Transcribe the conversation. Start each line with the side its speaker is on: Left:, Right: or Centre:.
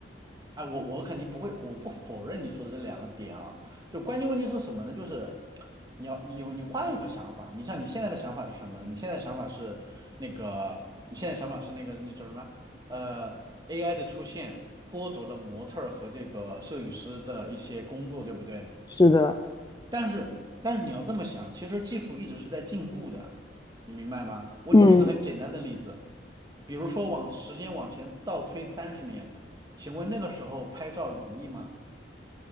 Right: 哎，我我肯定不会，我不否认你说的这两个点啊。就关键问题是什么呢？就是你要你有你换一个想法，你像你现在的想法是什么呢？你现在想法是那个，你现在想法是那个那叫什么？呃，AI 的出现剥夺了模特儿和这个摄影师的一些工作，对不对？
Left: 是的，
Right: 但是但是你要这么想，其实技术一直是在进步的，你明白吗？我举一个很简单的例子，
Left: 嗯。
Right: 比如说往时间往前倒推三十年，请问那个时候拍照容易吗？